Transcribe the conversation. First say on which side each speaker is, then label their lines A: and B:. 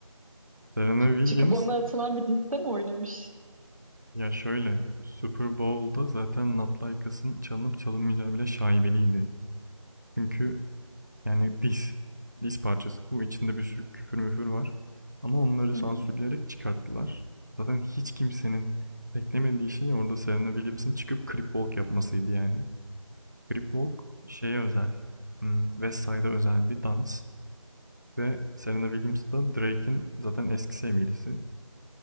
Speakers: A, on the right; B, on the right.
A: Serena Williams
B: Çıkıp ona atılan bir diste mi oynamış?
A: ya şöyle Super Bowl'da zaten Not Like Us'ın çalınıp çalınmayacağı bile şaibeliydi. Çünkü Yani diz. Diz parçası bu. İçinde bir sürü küfür müfür var. Ama onları
B: Hı
A: sansürleyerek
B: hı.
A: çıkarttılar. Zaten hiç kimsenin beklemediği şey orada Serena Williams'ın çıkıp Cripwalk yapmasıydı yani. Cripwalk şeye özel. hmm, West Side'a özel bir dans. Ve Serena Williams da Drake'in zaten eski sevgilisi.